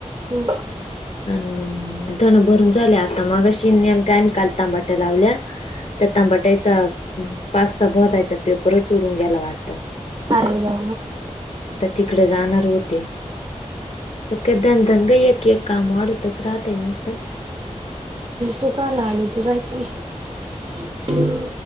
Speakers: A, on the right; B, on the left.
A: हम्म
B: आणि मग धन भरून झाले आता मग अशी नेम का आम्ही काल तांबाट्या लावल्या. तर तांबाटायचा पासचा बधयचा पेपरच उडून गेला वाटतं
A: आर व्वा..
B: तिकडं जाणार होते. मंग काय दणदन ग एक एक जाम वाढतच राहत निस्त.
A: तु का आला आली तु जायचं नं!